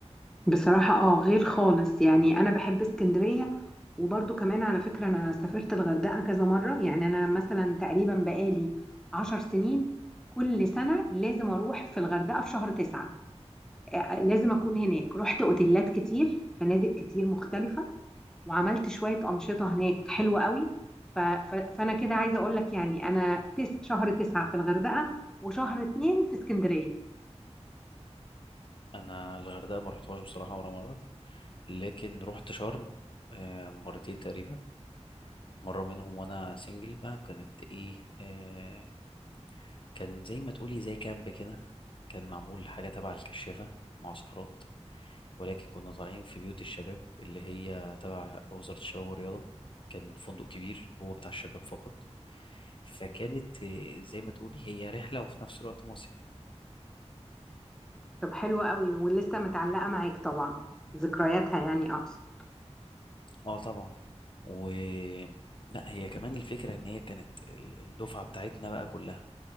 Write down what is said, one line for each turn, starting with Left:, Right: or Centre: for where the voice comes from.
Centre: بصراحة اه غير خالص يعني أنا بحب اسكندرية وبرضو كمان على فكرة أنا سافرت الغردقة كذا مرة يعني أنا مثلا تقريبا بقالي عشر سنين كل سنة لازم أروح في الغردقة في شهر تسعة آه، لازم اكون هناك رحت اوتيلات كتير فنادق كتير مختلفة وعملت شوية أنشطة هناك حلوة قوي ف... ف... فأنا كده عايزة أقول لك يعني أنا تس... شهر تسعة في الغردقة وشهر اتنين في اسكندرية
Left: انا الغردقه ما رحتهاش بصراحه ولا مره لكن رحت شرم آه، مرتين تقريبا مره منهم وانا سنجل بقى كانت ايه آه، كان زي ما تقولي زي كامب كده كان معمول حاجه تبع الكشافه معسكرات ولكن كنا طالعين في بيوت الشباب اللي هي تبع وزاره الشباب والرياضه كان فندق كبير هو بتاع الشباب فقط فكانت آه، زي ما تقولي هي رحله وفي نفس الوقت مصيف
Centre: طب حلوة قوي ولسه متعلقة معاك طبعا ذكرياتها يعني أقصد
Left: اه طبعا و لا هي كمان الفكرة ان هي كانت ال- الدفعة بتاعتنا بقى كلها